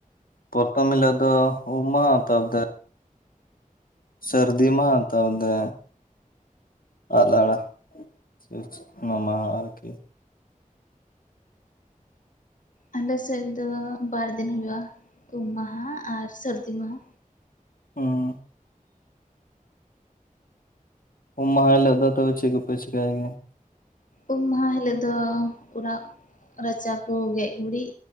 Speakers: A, on the left; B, on the left.
A: ᱯᱚᱨᱛᱷᱚᱢ ᱦᱤᱞᱳᱜ ᱫᱚ ᱩᱢ ᱢᱟᱦᱟ ᱛᱟᱨ <inaudible> ᱥᱟᱹᱨᱫᱤ ᱢᱟᱦᱟ <unintelligible> ᱛᱟᱨᱯᱚᱫᱮ <unintelligible> ᱢᱟᱦᱟ ᱟᱨᱠᱤ
B: ᱟᱞᱮ ᱥᱮᱫ ᱫᱚ ᱵᱟᱨ ᱫᱤᱱ ᱦᱩᱭᱩᱜ-ᱟ ᱩᱢ ᱢᱟᱦᱟ ᱟᱨ ᱥᱟᱹᱨᱫᱤ ᱢᱟᱦᱟ
A: ᱚ ᱩᱢ ᱢᱟᱦᱟ ᱦᱤᱞᱚᱜ ᱫᱟ ᱛᱚᱵᱮ ᱪᱮᱫ ᱠᱚᱯᱮ ᱪᱤᱠᱟᱭ ᱜᱮᱭᱟ
B: ᱩᱢ ᱢᱟᱦᱟ ᱦᱤᱞᱳᱜ ᱫᱚ ᱚᱲᱟᱜ ᱨᱟᱪᱟ ᱠᱚ ᱜᱮᱡ ᱜᱩᱨᱤᱡ